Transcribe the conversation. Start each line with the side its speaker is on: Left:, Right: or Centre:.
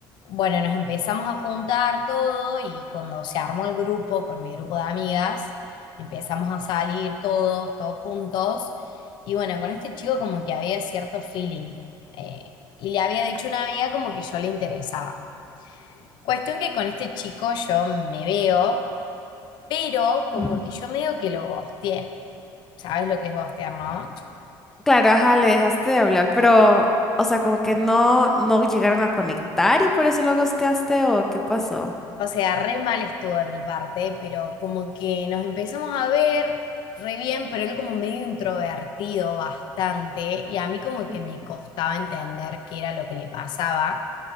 Left: bueno, nos empezamos a juntar todo y cuando se armó el grupo con mi grupo de amigas, empezamos a salir todos, todos juntos. Y bueno, con este chico como que había cierto feeling. eh, y le había dicho a una amiga como que yo le interesaba. Cuestión que con este chico yo me veo, pero como
Centre: ujú.
Left: que yo medio que lo gosteé. ¿Sabes lo que es gostear, no?
Centre: Claro, ajá, le dejaste de hablar, pero, o sea, como que no, no llegaron a conectar y por eso lo ghosteaste o qué pasó.
Left: O sea, re mal estuvo de mi parte, pero como que nos empezamos a ver re bien, pero él como medio introvertido bastante, y a mí como que
Centre: Mm.
Left: me costaba entender qué era lo que le pasaba.